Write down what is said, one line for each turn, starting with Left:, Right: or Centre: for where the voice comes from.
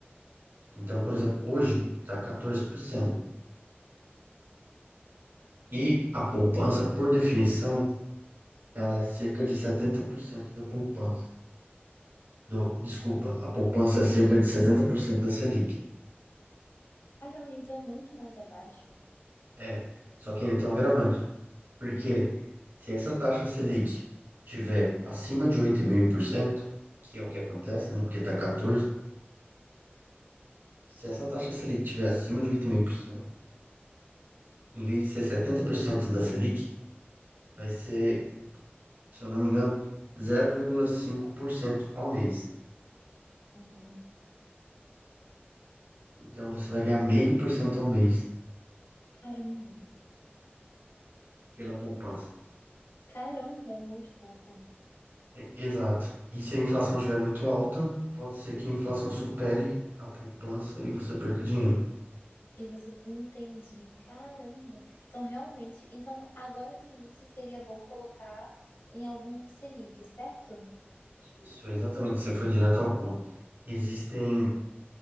Right: Então, por exemplo, hoje está quatorze por cento E a poupança, por definição, ela é cerca de 70% da poupança. Do, desculpa, a poupança é cerca de 70% da Selic.
Left: Caramba, então é muito mais abaixo.
Right: É, só que ele tem um agravante. Porque se essa taxa Selic tiver acima de oito vírgula cinco por cento que é o que acontece, né? Porque tá 14%, se essa taxa Selic tiver acima de oito vírgula cinco por cento em vez de ser 70% da Selic, vai ser, se eu não me engano, zero vírgula cinco por cento ao mês.
Left: Aham,
Right: Então você vai ganhar meio por cento ao mês
Left: Caramba.
Right: pela poupança.
Left: Caramba, é muito pouco.
Right: E- Exato. E se a inflação estiver muito alta, pode ser que a inflação supere a poupança e você perca dinheiro.
Left: E você entendi, caramba. Então, realmente, então agora no início seria bom colocar em algum Selic, certo?
Right: Isso, exatamente, você foi direto ao ponto. Existem